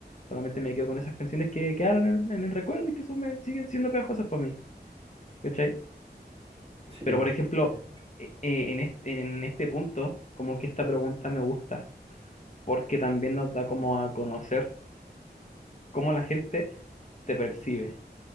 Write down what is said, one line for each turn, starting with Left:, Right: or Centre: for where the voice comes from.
Left: solamente me quedo con esas canciones que quedaron en, en el recuerdo y que son, me, siguen siendo pegajosas para mí, ¿cachai?
Right: Sí,
Left: Pero
Right: bo.
Left: por ejemplo,
Right: Sí, te escucho.
Left: e- e- en este, en este punto, como que esta pregunta me gusta, porque también nos da como a conocer cómo la gente te percibe.